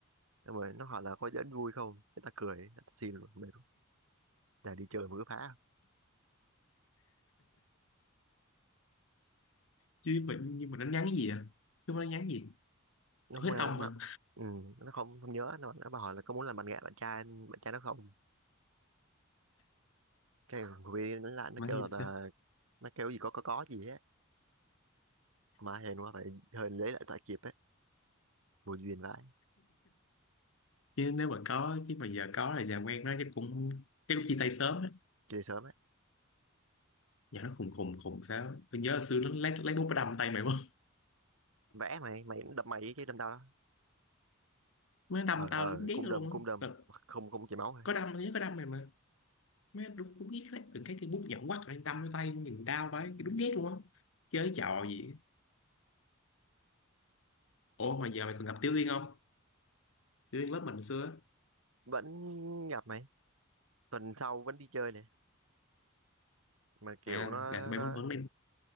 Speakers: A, on the right; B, on the left.
A: xong rồi nó hỏi là có giỡn vui không cái tao cười tao xin luôn mệt luôn là đi chơi mà cứ phá
B: chứ mà nhưng mà nó nhắn cái gì à chứ nó nhắn gì
A: nó
B: hết
A: muốn là
B: ông
A: nó
B: mà
A: ừ, nó không không nhớ nó nó bảo hỏi là có muốn làm bạn gái bạn trai bạn trai nó không cái thằng Huy nó lại nó
B: mà
A: kêu
B: như
A: là, là
B: thế.
A: nó kêu gì có có có gì á mà hên quá phải hên lấy lại tại kịp á vô duyên vãi
B: chứ nếu mà có chứ mà giờ có thì làm quen nó chắc cũng chắc cũng chia tay sớm á
A: chơi sớm á
B: giờ nó khùng khùng khùng sao tôi nhớ hồi xưa nó lấy lấy bút nó đâm tay mày không
A: vẽ mày mày cũng đâm mày chứ đâm tao đó
B: nó đâm
A: ờ
B: tao
A: ờ
B: đúng ghét
A: cung
B: nó
A: đâm
B: luôn
A: cung đâm
B: á Là
A: không không chảy máu
B: có đâm nhớ có đâm mày mà má đúng, đúng ghét lấy từng cái cây bút nhọn quắt rồi đâm vô tay nhìn đau vậy đúng ghét luôn á chơi trò gì á. ủa mà giờ mày còn gặp Tiểu Liên không Tiểu Liên lớp mình xưa á.
A: vẫn gặp mày tuần sau vẫn đi chơi này mà kiểu
B: à
A: nó
B: là tụi bay
A: nó
B: vẫn vẫn đi